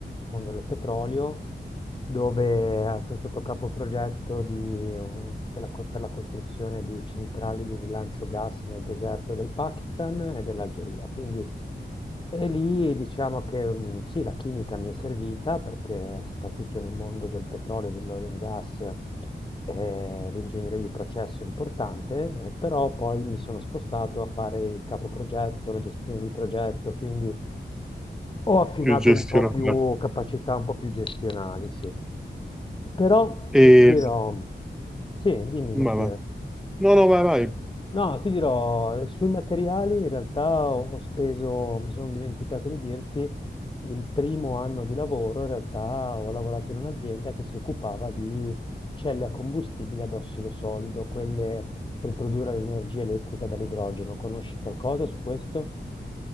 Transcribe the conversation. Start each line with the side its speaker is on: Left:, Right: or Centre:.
Left: mondo del petrolio, dove sono stato capoprogetto di, un- della co- per la costruzione di centrali di rilancio gas nel deserto del Pakistan e dell'Algeria. Quindi, e lì diciamo che mm, sì, la chimica mi è servita perché soprattutto nel mondo del petrolio e dell'oil and gas eh, l'ingegneria di processo è importante, eh, però poi mi sono spostato a fare il capoprogetto, la gestione di progetto, quindi ho affinato
Centre: Più gestionale.
Left: un po' più capacità un po' più gestionali, sì. Però
Centre: E,
Left: eh, ti dirò, sì, dimmi Mattia.
Centre: ma va. No, no, vai, vai.
Left: No, ti dirò, eh, sui materiali in realtà ho ho speso, mi sono dimenticato di dirti, il primo anno di lavoro in realtà ho lavorato in un'azienda che si occupava di celle a combustibile ad ossido solido, quelle per produrre l'energia elettrica dall'idrogeno. Conosci qualcosa su questo?